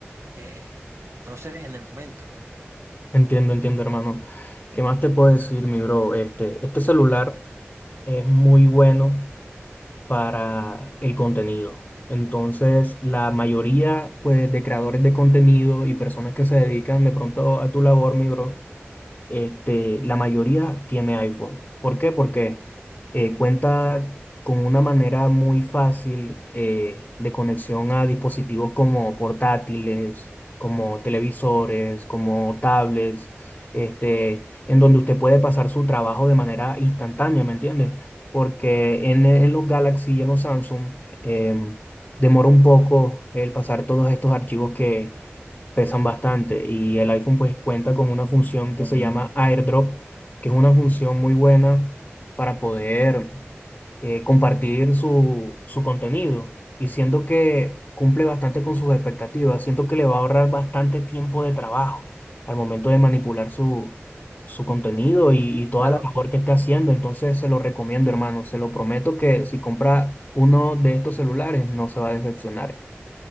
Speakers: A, on the right; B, on the left.
A: eh, no sé, en el momento.
B: Entiendo, entiendo, hermano. ¿Qué más te puedo decir, mi bro? Este, este celular es muy bueno para el contenido. Entonces, la mayoría, pues, de creadores de contenido y personas que se dedican de pronto a tu labor, mi bro, este, la mayoría tiene iPhone. ¿Por qué? Porque eh, cuenta con una manera muy fácil eh, de conexión a dispositivos como portátiles, como televisores, como tablets, este, en donde usted puede pasar su trabajo de manera instantánea, ¿me entiendes? Porque en, en los Galaxy y en los Samsung em, demora un poco el pasar todos estos archivos pesan bastante y el iPhone pues cuenta con una función que se llama AirDrop, que es una función muy buena para poder eh, compartir su, su contenido y siento que cumple bastante con sus expectativas, siento que le va a ahorrar bastante tiempo de trabajo al momento de manipular su, su contenido y, y toda
A: Claro,
B: la labor que esté haciendo, entonces se lo recomiendo hermano, se lo prometo que si compra uno de estos celulares no se va a decepcionar.